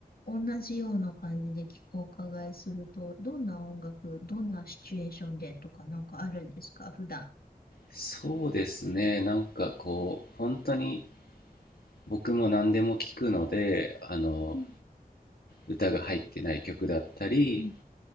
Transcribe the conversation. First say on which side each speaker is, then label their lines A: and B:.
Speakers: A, on the left; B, on the left.
A: 同じような感じで聞くお伺いすると、どんな音楽、どんなシチュエーションでとかなんかあるんですか、普段。
B: そうですね。なんかこう、本当に僕も何でも聞くので、あの、
A: うん
B: 歌が入ってない曲だったり、
A: うん